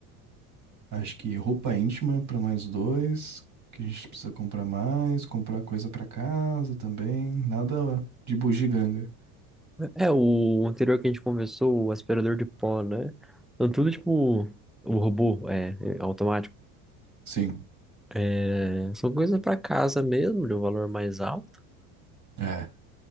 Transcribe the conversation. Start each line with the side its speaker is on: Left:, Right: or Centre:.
Right: Acho que roupa íntima pra nós dois, que a gente precisa comprar mais, comprar coisa pra casa também, nada de bugiganga.
Centre: É, o anterior que a gente conversou, o aspirador de pó, né? Então, tudo tipo o robô, é, é automático.
Right: Sim,
Centre: É, são coisas pra casa mesmo, de um valor mais alto.
Right: é.